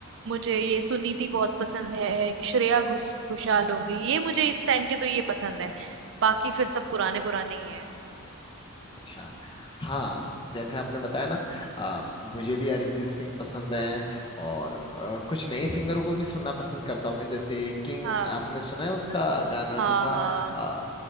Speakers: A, on the right; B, on the left.
A: मुझे ये सुनीति बहुत पसंद है श्रेया घोष घोषाल हो गई ये मुझे इस टाइम के तो ये पसंद है बाकी फिर सब पुराने पुराने ही है
B: अच्छा हाँ जैसे आपने बताया ना आ, मुझे भी अरिजीत सिंह पसंद है और आ, कुछ नए सिंगरों को भी सुनना पसंद करता हूँ मैं जैसे किंग
A: हाँ
B: आपने सुना है उसका गाना
A: हाँ
B: जो था
A: हाँ
B: आ,